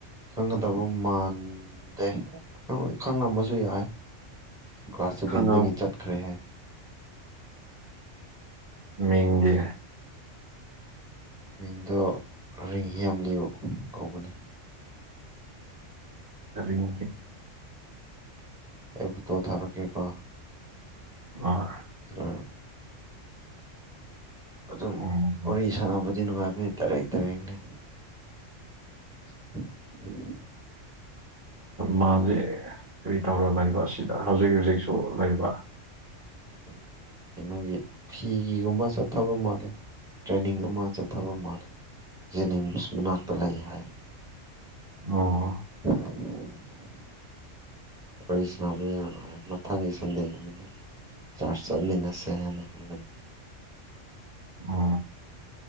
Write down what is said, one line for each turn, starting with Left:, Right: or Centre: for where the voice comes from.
Centre: ꯈꯪꯒꯗꯕ ꯃꯥꯟꯗꯦ ꯈꯪꯉꯝꯕꯁꯨ ꯌꯥꯏ ꯀ꯭ꯂꯥꯁ ꯁꯥꯕꯦꯟꯗꯒꯤ
Right: ꯈꯪꯉꯝ
Centre: ꯆꯠꯈ꯭ꯔꯦ ꯍꯥꯏ
Right: ꯃꯤꯡꯗꯤ
Centre: ꯃꯤꯡꯗꯣ ꯔꯤꯡ ꯍꯦꯝꯌꯨ ꯀꯧꯕꯅꯦ
Right: ꯑꯗꯨꯔꯤ
Centre: ꯑꯩ ꯐꯣꯇꯣ ꯊꯔꯛ ꯀꯦꯀꯣ
Right: ꯑ
Centre: ꯑ ꯑꯗꯨꯝ
Right: ꯎꯝ
Centre: ꯋꯥꯔꯤ ꯁꯥꯟꯕꯗꯤ ꯅꯨꯡꯉꯥꯏꯕꯅꯤ ꯗꯥꯏꯔꯦꯛ ꯗꯥꯏꯔꯦꯡꯅꯤ <inaudible>
Right: ꯃꯥꯁꯦ ꯀꯔꯤ ꯇꯧꯔ ꯂꯩꯕ ꯁꯤꯗ ꯍꯧꯖꯤꯛ ꯍꯧꯖꯤꯛꯁꯨ ꯂꯩꯕ
Centre: ꯎꯝ ꯀꯩꯅꯣꯒꯤ ꯐꯤꯒꯤꯒꯨꯝꯕ ꯆꯠꯊꯕ ꯃꯥꯜꯂꯦ ꯇ꯭ꯔꯦꯅꯤꯡ ꯑꯃ ꯆꯠꯊꯕ ꯃꯥꯜꯂꯦ ꯖꯦꯅꯤꯝꯁ ꯃꯅꯥꯛꯇ ꯂꯩ ꯍꯥꯏ
Right: ꯑꯣ
Centre: <inaudible> ꯋꯥꯔꯤ ꯁꯅꯥꯎ ꯃꯊꯪꯒꯤ ꯁꯟꯗꯦꯒꯨꯝꯕꯗ ꯆꯥꯔꯁꯠ ꯆꯠꯃꯤꯟꯅꯁꯦ ꯍꯥꯏꯅ ꯍꯥꯏꯕꯅꯤ
Right: ꯎ